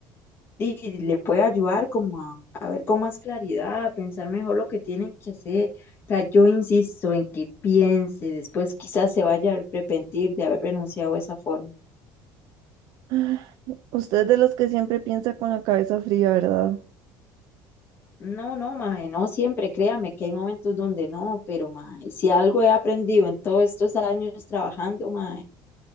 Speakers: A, on the left (about 30°); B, on the right (about 60°).
A: y le puede ayudar como a, a ver con más claridad, a pensar mejor lo que tienen que hacer. O sea, yo insisto en que piense, después quizás se vaya a arrepentir de haber renunciado de esa forma.
B: <sighs> Usted es de los que siempre piensa con la cabeza fría, ¿verdad?
A: No, no, maje, no siempre, créame que hay momentos donde no, pero maje, si algo he aprendido en todos estos años trabajando, maje,